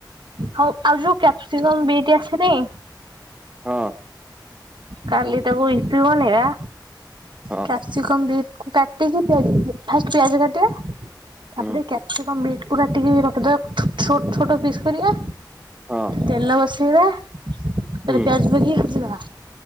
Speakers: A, on the right; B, on the right.
A: ହୋଉ ଆଉ ଯୋଉ କ୍ୟାପସିକମ ବିଇଟି ଆସିନେଇ
B: ହଁ।
A: କାଲି ତାକୁ ୟିପି ବନେଇବା।
B: ହଁ
A: କ୍ୟାପସିକମ୍ ବିଟ୍ କାଟିକି ପିଆଜ ଫିଆଜ୍ ଫାଷ୍ଟ ପିଆଜ କାଟିବା। ତାପରେ
B: ହୁଁ
A: କ୍ୟାପସିକମ୍ ବିଟ୍ ପୁରାଟିକି ରଖିଦବା ଛୋ-ଛୋଟ୍ ଛୋଟ ପିସ୍ କରିବା।
B: ହଁ
A: ତେଲ ବସେ ପିବା ତାପରେ
B: ହୁଁ
A: ପିଆଜ ପକେଇକି ଭାଜିଦବା